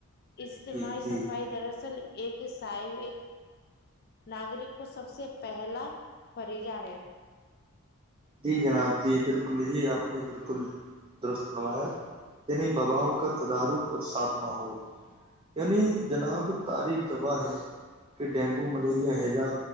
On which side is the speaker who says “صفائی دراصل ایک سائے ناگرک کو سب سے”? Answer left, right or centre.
Left